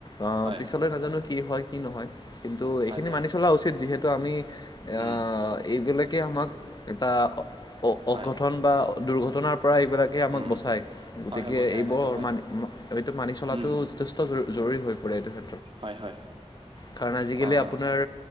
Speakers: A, on the left (about 35°); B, on the right (about 50°).
A: অ
B: হয়
A: পিছলৈ নাজানো কি হয়। কি নহয় কিন্তু
B: হয়
A: এইখিনি
B: হয়
A: মানি চলা উচিত যিহেতু আমি আহ
B: উম
A: এইবিলাক কে আমাক এটা অ
B: হয়
A: অঘটন বা দুৰ্ঘটনাৰ পৰা এইবিলাকেই আমাক
B: উম
A: বচায় গতিকে
B: হয় হয় বচাই
A: এইবোৰ
B: সেইটো হয়
A: মান এইটো মানি চলাটো
B: উম
A: জৰুৰী হৈ <unintelligible>
B: হয় হয়
A: কাৰণ আজিকালি
B: অ',
A: আপোনাৰ